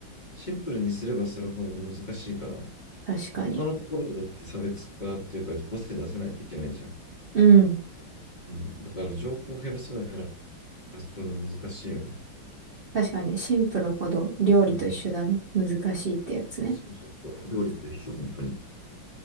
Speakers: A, on the left; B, on the right.
A: シンプルにすればするほど難しいから、
B: 確かに。
A: 他のところでだって差別化っていうか、個性出さないといけないじゃん。
B: うん、
A: うん。だから情報を減らせば減らすほど難しいよね。
B: 確かに、シンプルほど料理と一緒だね。
A: うん。
B: 難しいってやつね。
A: そうそうそう。料理と一緒、本当に。